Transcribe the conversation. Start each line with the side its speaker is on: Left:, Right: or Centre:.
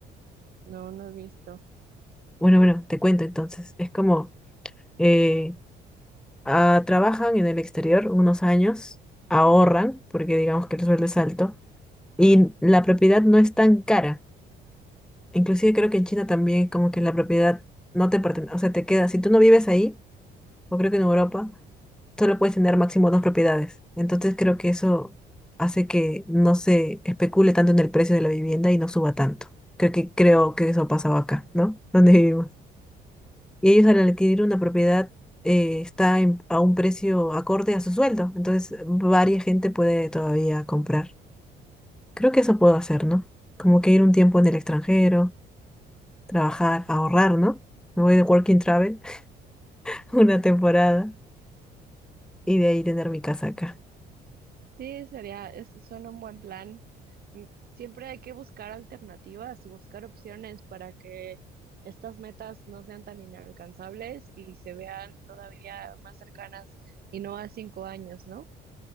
Right: No, no he visto.
Centre: Bueno, bueno, te cuento entonces. Es como, eh, ah, trabajan en el exterior unos años, ahorran, porque digamos que el sueldo es alto, y la propiedad no es tan cara. Inclusive creo que en China también como que la propiedad no te pertenece, o sea, te queda, si tú no vives ahí, o creo que en Europa, solo puedes tener máximo dos propiedades. Entonces creo que eso hace que no se especule tanto en el precio de la vivienda y no suba tanto. Creo que, creo que eso pasaba acá, ¿no? Donde vivimos. y ellos al adquirir una propiedad eh, está en- a un precio acorde a su sueldo, entonces varia gente puede todavía comprar. Creo que eso puedo hacer, ¿no? Como que ir un tiempo en el extranjero, trabajar, ahorrar, ¿no? Me voy de Working Travel <laughs> una temporada y de ahí tener mi casa acá.
Right: Sí, sería, es, suena un buen plan. Mm, Siempre hay que buscar alternativas y buscar opciones para que estas metas no sean tan inalcanzables y se vean todavía más cercanas y no a cinco años, ¿no?